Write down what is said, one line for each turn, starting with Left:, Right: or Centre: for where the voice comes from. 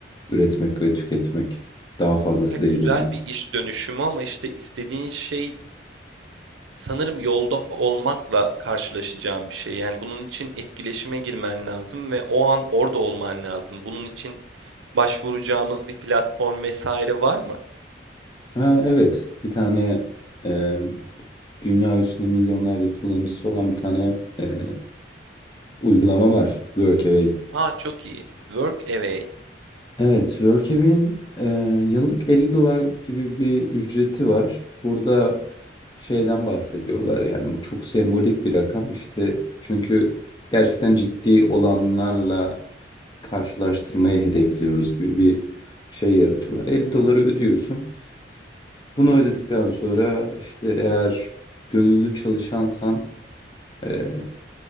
Left: üretmek ve tüketmek. Daha fazlası
Right: Ya
Left: değil
Right: güzel
Left: yani.
Right: bir iş dönüşümü ama işte istediğin şey sanırım yolda olmakla karşılaşacağım bir şey. Yani bunun için etkileşime girmen lazım ve o an orada olman lazım. Bunun için başvuracağımız bir platform vesaire var mı?
Left: Ha, evet. Bir tane e, dünya üstünde milyonlarca kullanıcısı olan bir tane e, uygulama var. Workaway.
Right: Aa çok iyi. Workaway.
Left: Evet, Workaway'in e, yıllık 50 dolar gibi bir ücreti var. Burada şeyden bahsediyorlar yani bu çok sembolik bir rakam işte çünkü gerçekten ciddi olanlarla karşılaştırmayı hedefliyoruz gibi bir şey yaratıyorlar. 50 doları ödüyorsun. Bunu ödedikten sonra işte eğer gönüllü çalışansan eee,